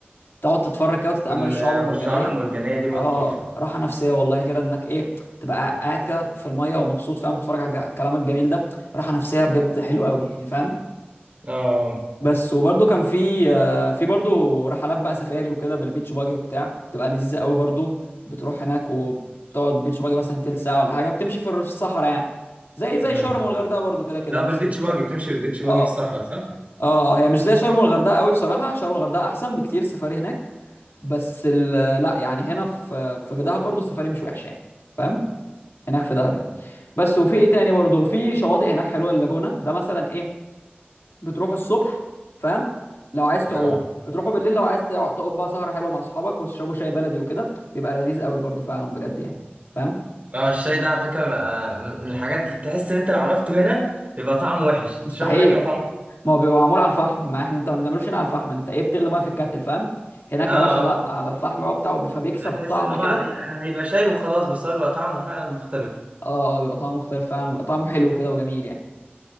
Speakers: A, on the left; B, on the right.
A: تقعد تتفرج كده وتتأمل
B: وال...
A: الشعاب المرجانية
B: والشعاب المرجانية دي برضه
A: اه
B: تحفة
A: راحة نفسية والله كده انك ايه تبقى قاعد كده في المية ومبسوط فاهم وتتفرج على الج- الكلام الجميل ده راحة نفسية بجد حلوة قوي يعني فاهم
B: اه
A: بس وبرده كان في آه، في برده رحلات بقى سفاري وكده بالبيتش باجي وبتاع تبقى لذيذة قوي برده بتروح هناك وبتقعد بيتش باجي مثلا تلت ساعة ولا حاجة بتمشي في الر- في الصحراء يعني زي زي
B: امم
A: شرم والغردقة برده كده كده
B: لا
A: نفس
B: بالبيتش
A: البتاع
B: باجي بتمشي بالبيتش باجي
A: اه
B: في الصحراء صح؟
A: اه اه هي مش زي شرم والغردقه قوي بصراحه شرم والغردقه احسن بكتير السفاري هناك بس ال- لا يعني هنا في في دهب برضو السفاري مش وحشه يعني فاهم هناك في دهب يعني بس وفي ايه تاني برضو في شواطئ هناك حلوه اللاجونه ده مثلا ايه بتروحوا الصبح فاهم لو عايز تعوم
B: اه
A: بتروحوا بالليل لو عايز تقع- تقعد بقى سهره حلوه مع اصحابك وتشربوا شاي بلدي وكده بيبقى لذيذ قوي برضو فعلا بجد يعني فاهم
B: اه الشاي ده على فكرة بقى من الحاجات اللي تحس ان انت لو عملته هنا بيبقى طعمه وحش
A: مستحيل
B: تشربه هناك بيبقى طعمه
A: ما هو بيبقى معمول على الفحم ما احنا انت ما بنعملوش هنا على الفحم انت ايه بتغلي ميه في الكاتل فاهم هناك
B: اه آه،
A: يا باشا لا
B: آه.
A: على الفحم بقى بتاعه بي- فبيكسب
B: هتحس
A: طعم
B: ان هو
A: كده
B: هيبقى شاي وخلاص بس هو بيبقى طعمه فعلا مختلف
A: اه اه بيبقى طعمه مختلف فعلا وبيبقى طعمه حلو كده وجميل يعني